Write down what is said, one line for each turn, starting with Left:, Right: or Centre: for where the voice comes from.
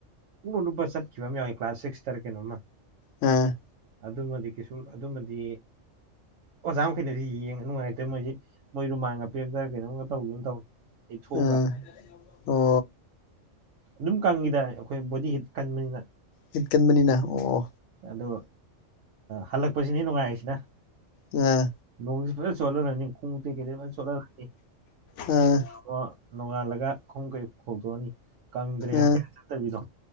Right: ꯄꯨꯝꯂꯨꯞ ꯂꯨꯞꯄ ꯆꯠꯈꯤꯕ ꯑꯃ ꯌꯥꯎꯏꯤ ꯀ꯭ꯂꯥꯁ ꯁꯤꯛꯁꯇꯔꯥ ꯀꯩꯅꯣꯝꯃ
Left: ꯑ
Right: ꯑꯗꯨꯃꯗꯤ ꯀꯩꯁꯨꯝ ꯑꯗꯨꯃꯗꯤ ꯑꯣꯖꯥ ꯃꯈꯩꯅꯁꯨ ꯌꯦꯡꯉ ꯅꯨꯡꯉꯥꯏꯇꯦ ꯃꯣꯏꯁꯤ ꯃꯣꯏ ꯔꯨꯃꯥꯟꯒ ꯄꯤꯔꯛꯇꯅ ꯀꯩꯅꯣꯝꯒ ꯇꯧꯈꯤꯒꯨꯝꯒ ꯇꯧ ꯇꯩꯊꯣꯛꯑꯣ
Left: ꯑꯥ
Right: ꯀꯥꯏꯅ
Left: ꯑꯣ
Right: ꯑꯗꯨꯝ ꯀꯪꯉꯤꯗ ꯑꯩꯈꯣꯏ ꯕꯣꯗꯤ ꯍꯤꯠ ꯀꯟꯕꯅꯤꯅ
Left: ꯍꯤꯠꯀꯟꯕꯅꯤꯅ ꯑꯣ
Right: ꯑꯗꯣ ꯍꯜꯂꯛꯄꯁꯤꯅꯤ ꯅꯨꯡꯉꯥꯏꯔꯤꯁꯤꯅ
Left: ꯑꯥ
Right: ꯅꯣꯡꯖ ꯐꯖꯟ ꯆꯣꯠꯍꯜꯂꯅꯤ ꯈꯣꯡꯉꯨꯞ ꯇꯩꯀꯩꯗꯩ ꯐꯟ ꯆꯣꯠꯍꯜꯂꯅꯤ
Left: ꯑ
Right: ꯑꯗꯣ ꯅꯣꯡꯉꯥꯜꯂꯒ ꯈꯣꯡ ꯀꯩ ꯐꯧꯗꯣꯛꯑꯅꯤ ꯀꯪꯗ꯭ꯔꯦ ꯍꯏꯔ
Left: ꯑꯥ
Right: ꯆꯠꯇꯕꯤꯗꯣ